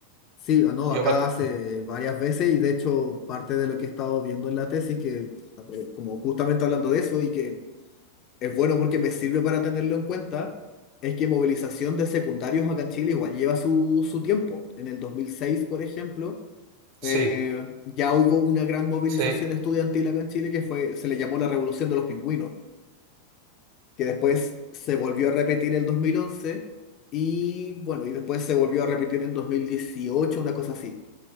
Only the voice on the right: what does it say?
Yo me acu-
Sí,
sí,